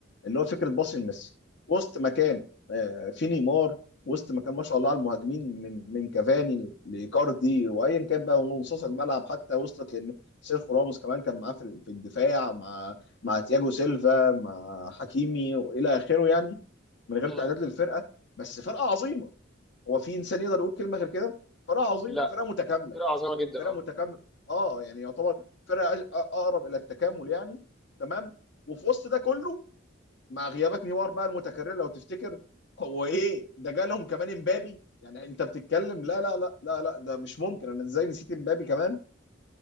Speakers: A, on the left; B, in the centre.
A: اللي هو فكره باص لميسي وسط مكان آه، في نيمار وسط مكان ما شاء الله على المهاجمين من من كافاني لايكاردي وايا كان بقى ونصوص الملعب حتى وصلت لان سيرخو راموس كمان كان معاه في في الدفاع مع مع تياجو سيلفا مع حكيمي والى اخره يعني من غير
B: مم.
A: تعداد للفرقه بس فرقه عظيمه هو في انسان يقدر يقول كلمه غير كده فرقه عظيمه
B: لا
A: فرقه متكامله
B: فرقه عظيمه جدا
A: فرقه
B: اه
A: متكامله اه يعني يعتبر فرقه أج- اقرب الى التكامل يعني تمام وفي وسط ده كله مع غيابات نيمار بقى المتكرر لو تفتكر هو ايه ده جالهم كمان امبابي يعني انت بتتكلم لا لا لا لا لا ده مش ممكن انا ازاي نسيت امبابي كمان